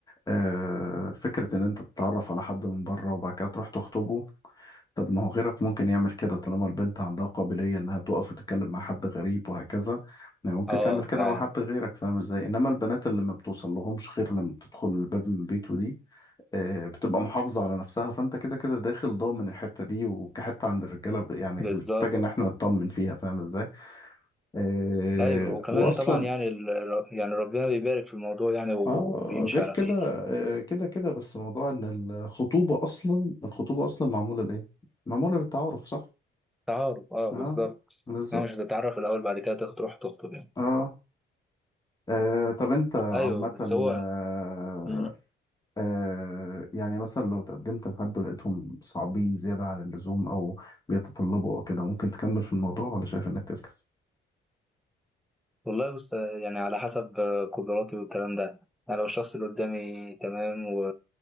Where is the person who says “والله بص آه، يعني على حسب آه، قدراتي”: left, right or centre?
Centre